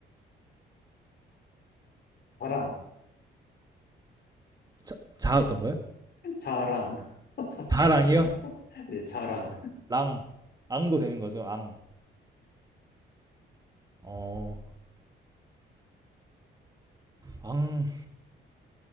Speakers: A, on the left; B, on the right.
A: 자랑,
B: 자, 자 어떤거요
A: 자랑, <laughs>
B: 다랑이요?
A: 예, 자랑,
B: 랑 앙도 되는 거죠 앙 어, 앙,